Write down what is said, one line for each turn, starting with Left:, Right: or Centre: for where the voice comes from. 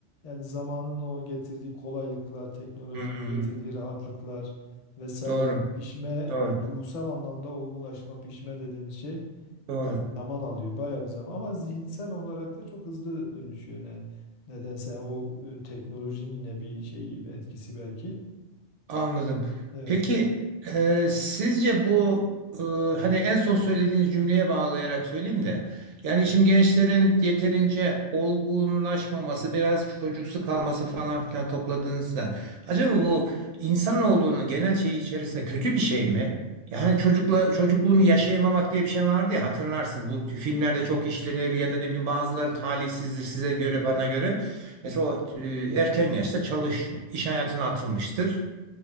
Left: yani zamanın o getirdiği kolaylıklar, teknolojinin
Right: Hı hı.
Left: getirdiği rahatlıklar vesaire
Right: Doğru.
Left: pişme
Right: Doğru.
Left: yani ruhsal anlamda olgunlaşma, pişme dediğimiz şey
Right: Doğru.
Left: Zaman alıyor, bayağı bir zaman. Ama zihinsel olarak da çok hızlı dönüşüyor ne nedense o e, teknolojinin yine bir şeyi etkisi belki.
Right: Anladım.
Left: Evet.
Right: Peki e, sizce bu e, hani en son söylediğiniz cümleye bağlayarak söyleyeyim de yani şimdi gençlerin yeterince olgunlaşmaması biraz çocuksu kalması falan filan topladığınızda acaba bu insanoğlunun genel şeyi içerisinde kötü bir şey mi? Yani çocukla çocukluğunu yaşayamamak diye bir şey vardı ya hatırlarsınız bu filmlerde çok işlenir ya da ne bileyim bazıları talihsizdir size göre bana göre. Mesela o e, erken yaşta çalış iş hayatına atılmıştır.